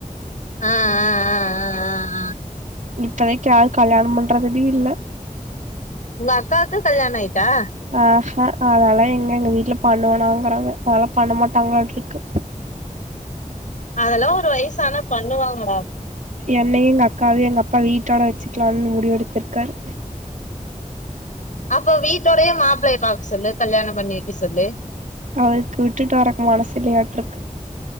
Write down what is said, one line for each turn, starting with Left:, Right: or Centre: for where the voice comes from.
Left: அ அ அ அ அ அ
Right: இப்பதைக் யாரு கல்யாண பண்றதுலி இல்ல
Left: உங்க அக்காக்கு கல்யாண ஆயிட்டா
Right: அ ஹ அதாலா எங்க எங்க வீட்ல பண்ணுவனாங்குறாங்க அதாலா பண்ண மாட்டாங்ளாட்ருக்கு
Left: அதல்லா ஒரு வய்சு ஆனா பண்ணுவாங்கடா
Right: என்னையு எங் அக்காவையு எங்க அப்பா வீட்டோட வெச்சுக்லான் முடிவெடுத்துருக்காரு
Left: அப்போ வீட்டோடையே மாப்ளைய பாக் சொல்லு கல்யாண பண்ணி வக்க சொல்லு
Right: அவருக்கு விட்டுட்டு வரக்கு மனஸ் இல்லையாட்ருக்கு